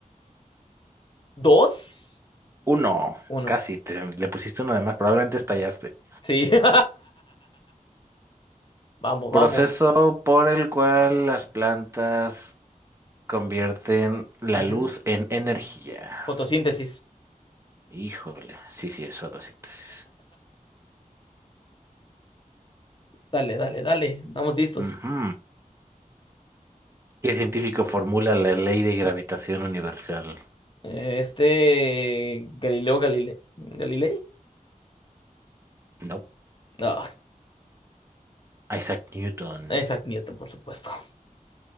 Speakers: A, on the left; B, on the right.
A: ¿dos?
B: Uno.
A: Uno.
B: Casi, te- le pusiste uno de más, probablemente estallaste.
A: Sí. <laughs> Vamos, vamos.
B: Proceso por el cual las plantas convierten la
A: Ujú.
B: luz en energía.
A: Fotosíntesis.
B: Híjole, sí, sí, es fotosíntesis.
A: Dale, dale, dale. Estamos listos.
B: Ujú. ¿Qué científico formula la ley de gravitación universal?
A: Eh, Este Galileo Galilei. Galilei.
B: No,
A: No,
B: Isaac Newton.
A: Isaac Newton, por supuesto.